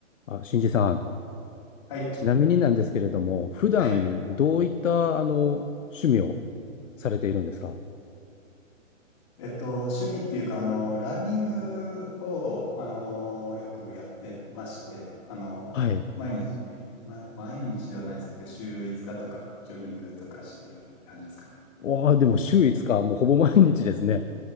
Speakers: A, on the left; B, on the left.
A: あ、新次さん、
B: はい。
A: ちなみになんですけれども、普段どういったあの趣味を
B: はい。
A: されているんですか
B: えっと、趣味っていうか、あの、ランニングを、あの、よくやってまして、あの、
A: はい。
B: 毎日、ま、毎日ではないですけど、週5日とか、ジョギングとかしている感じですかね。
A: おー、でも週5日、もうほぼ毎日ですね。